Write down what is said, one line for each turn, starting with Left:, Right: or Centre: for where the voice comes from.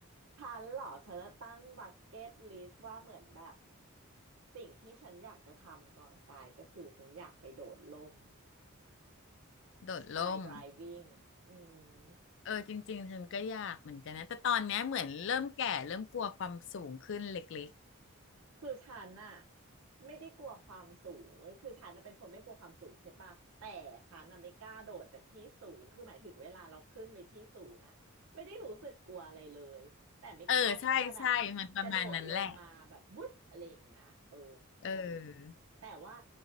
Right: ฉันเหรอฉันจะตั้งบักเก็ตลิสต์ว่าเหมือนแบบสิ่งที่ฉันอยากจะทำก่อนตายก็คือฉันอยากไปโดดร่ม
Left: โดดร่ม
Right: Sky Driving อืม
Left: เออจริงๆฉันก็อยากเหมือนกันนะแต่ตอนเนี้ยเหมือนเริ่มแก่เริ่มกลัวความสูงขึ้นเล็ก
Right: คือฉันน่ะไม่ได้กลัวความสูงเว้ยคือฉันน่ะเป็นคนไม่กลัวความสูงใช่ปะแต่ฉันน่ะไม่กล้าโดดจากที่สูง คือหมายถึงเวลาเราขึ้นไปที่สูงอ่ะไม่ได้รู้สึกกลัวอะไรเลย แต่ไม่กล้าที่จะแบบกระโดดลงมาแบบวุ๊บอะไรอย่างเงี้ยเออ
Left: ๆเออใช่ใช่มันประมาณนั้นแหละเออ
Right: แต่ว่า